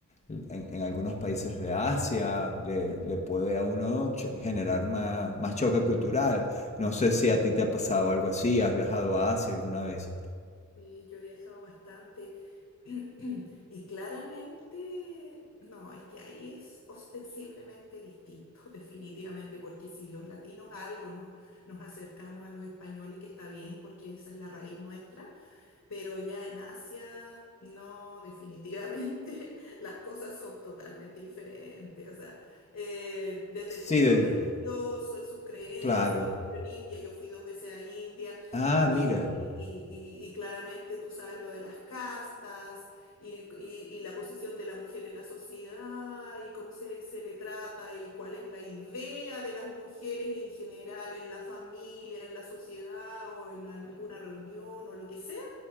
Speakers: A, on the left; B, on the left.
A: en, en algunos países de Asia le, le puede a uno cho- generar más, más choque cultural. No sé si a ti te ha pasado algo así, has viajado a Asia alguna vez.
B: Sí, yo he viajado bastante. <clears throat> Y claramente, no, es que ahí es ostensiblemente distinto, <laughs> definitivamente, porque si los latinos a algo nos, nos acercamos a los españoles, que está bien, porque esa es la raíz nuestra, pero ya en Asia, no, definitivamente <laughs> las cosas son totalmente diferentes. O sea, eh, desde
A: Sí,
B: el punto
A: Dedi,
B: religioso, de sus creencias,
A: claro.
B: por ejemplo, en India, yo fui dos veces a India.
A: Ah,
B: Y,
A: mira,
B: y- y- y claramente tú sabes lo de las castas y, y- y la posición de la mujer en la sociedad y cómo se, se le trata y cuál es la idea de las mujeres en general, en la familia, en la sociedad o en alguna reunión o lo que sea.